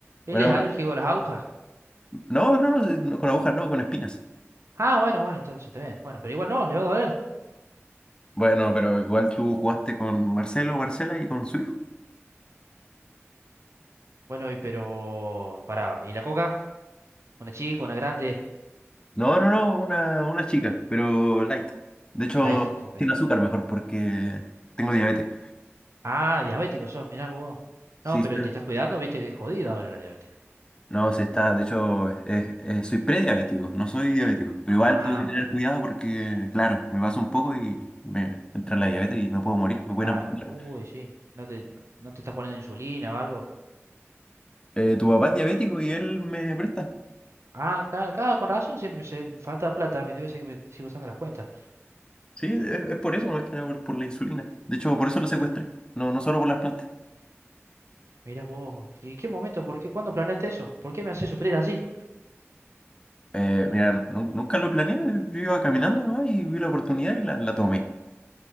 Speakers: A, on the right (about 70°); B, on the left (about 20°).
A: él
B: Bueno,
A: es alérgico a las agujas.
B: no, no, no, no, con agujas no, con espinas.
A: Ah, bueno, bueno, entonces está bien. Bueno, pero igual no, le va a doler.
B: Bueno, pero igual tú jugaste con Marcelo, Marcela y con su hijo.
A: Bueno, y pero... Pará, ¿y la coca? Una chica, una grande,
B: No, no, no, una, una chica, pero light. De hecho,
A: light, ok.
B: sin azúcar mejor porque tengo diabetes.
A: Ah, diabético sos, mirá vos.
B: Sí,
A: No, pero
B: sí.
A: te estás cuidando, viste que es jodido ahora la diabetes.
B: No, se está, de hecho, es- es- soy prediabético, no soy diabético, pero
A: Ah,
B: igual tengo que tener
A: bueno,
B: cuidado porque, claro, me pasa un poco y me entra la diabetes y me puedo morir, me
A: claro.
B: pueden amputar.
A: Uy, sí, no te, no te estás poniendo insulina o algo.
B: Eh, tu papá es diabético y él me presta.
A: Ah, claro, claro, con razón, siempre se, me falta plata, a mí debe ser que me sigo usando las cuentas.
B: Sí, es, es por eso, más que nada por, por la insulina. De hecho, por eso lo secuestré, no, no solo por las plantas.
A: Mirá vos, ¿y qué momento? ¿Por qué? ¿Cuándo planeaste eso? ¿Por qué me haces sufrir así?
B: Eh, mira, nu- nunca lo planeé, yo iba caminando, ¿no? y vi la oportunidad y la, la tomé.